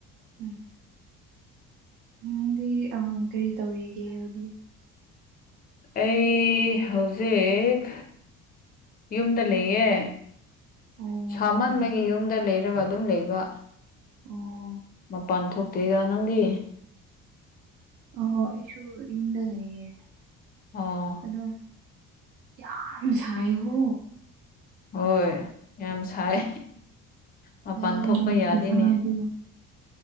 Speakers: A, on the right; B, on the left.
A: ꯎꯝ ꯅꯪꯗꯤ ꯑ ꯀꯔꯤ ꯇꯧꯔꯤꯒꯦ ꯍꯧꯖꯤ
B: ꯑꯩ ꯍꯧꯖꯤꯛ ꯌꯨꯝꯗ ꯂꯩꯌꯦ
A: ꯑꯣ
B: ꯁꯥꯃꯟꯕꯒꯤ ꯌꯨꯝꯗ ꯂꯩꯔꯒ ꯑꯗꯨꯝ ꯂꯩꯕ
A: ꯑꯣ
B: ꯃꯄꯥꯟ ꯊꯣꯛꯇꯦꯗ ꯅꯪꯗꯤ
A: ꯑꯣ ꯑꯩꯁꯨ ꯌꯨꯝꯗ ꯂꯩꯌꯦ
B: ꯑꯣ
A: ꯑꯗꯨꯝ ꯌꯥꯝ ꯁꯥꯏꯌꯦ ꯀꯣ
B: ꯍꯣꯏ ꯌꯥꯝ ꯁꯥꯏ ꯃꯄꯥꯟ
A: ꯑꯥ
B: ꯊꯣꯛꯄ ꯌꯥꯗꯦꯅꯦ
A: ꯈꯨꯁꯥꯗꯣ